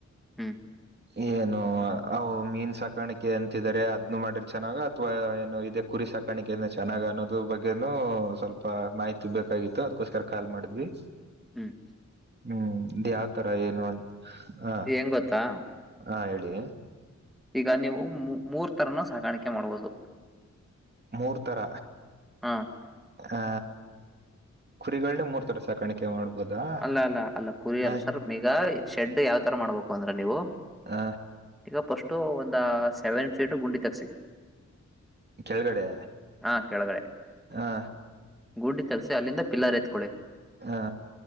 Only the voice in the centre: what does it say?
ಹ್ಮ್.
ಹ್ಮ್
ಏನ್ ಗೊತ್ತಾ.
ಈಗ ನೀವು ಮು ಮೂರ್ ತರನು ಸಾಕಣಿಕೆ ಮಾಡಬಹುದು.
ಹಾ.
ಅಲ್ಲ ಅಲ್ಲ ಅಲ್ಲ ಕುರಿಲ್ಲ
ಸರ್ ಈಗ ಶೆಡ್ ಯಾವತರ ಮಾಡ್ಬೇಕು ಅಂದ್ರೆ ನೀವು.
ಈಗ ಫಸ್ಟು ಒಂದ ಸೆವೆನ್ ಫೀಟ್ ಗುಂಡಿ ತೆಕ್ಸಿ.
ಹಾ ಕೇಳಗಡೆೆ.
ಗುಡ್ಡಿ ತೇಗ್ಸಿ ಅಲ್ಲಿಂದ ಪಿಲ್ಲರ್ ಎತ್ಕೊಳ್ಳಿ.